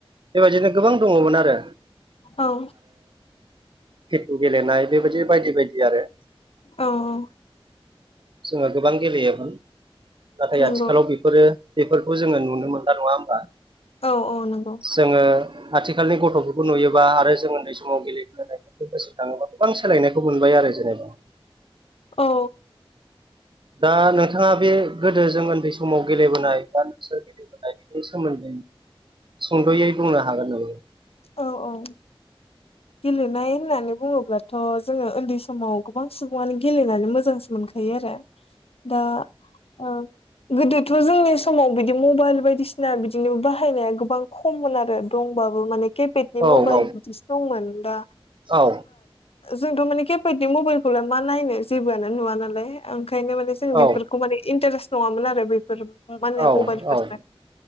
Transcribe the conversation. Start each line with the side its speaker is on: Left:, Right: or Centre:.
Right: बेबायदिनो गोबां दङ'मोन आरो
Left: औ
Right: खेटु गेलेनाय बेबायदिनो बायदि बायदि आरो
Left: औ औ
Right: जोङो गोबां गेलेयोमोन नाथाय
Left: नंगौ
Right: आथिखालाव बेफोरो बेफोरखौ जोङो नुनो मोनला नङा होमबा
Left: औ औ नंगौ
Right: जोङो आथिखालनि गथ'फोरखौ नुयोबा आरो जों ओनदै समाव गेलेबोनाय <unintelligible> थाङोबा गोबां सोलायनायखौबो नुबाय आरो जोङो
Left: औ
Right: दा नोंथाङा बे गोदो जों ओनदै समाव गेलेबोनाय बा नोंसोर गेलेबोनाय नि सोमोनदै सुंद'यै बुंनो हागोन नामा?
Left: औ औ गेलेनाय होननानै बुङोब्लाथ' जोङो ओनदै समाव गोबां सुबुङानो गेलेनानै मोजांसो मोनखायो आरो
Right: <inaudible>
Left: दा ओ गोदोथ' जोंनि समाव बिदि मबाइल बायदिसिना बिदिनो बाहायनाया गोबां खममोन आरो दं दंबाबो माने केपेदनि
Right: औ
Left: मबाइल बिदिसो दंमोन दा
Right: औ
Left: जोंथ' माने खेफेदनि मबाइलखौलाय मा नायनो जेबोआनो नुवा नालाय ओंखायनो माने जों बेफोरखौ
Right: औ
Left: माने इन्टारेस्ट नङामोन आरो बेफोर माने
Right: औ
Left: मबाइलफोरजों
Right: औ